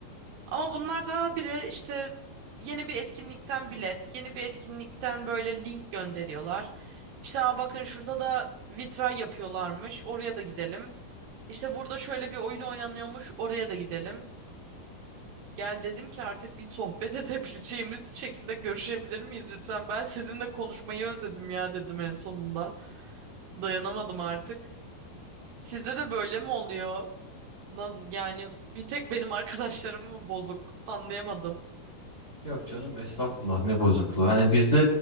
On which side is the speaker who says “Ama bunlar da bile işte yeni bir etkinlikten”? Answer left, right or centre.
Right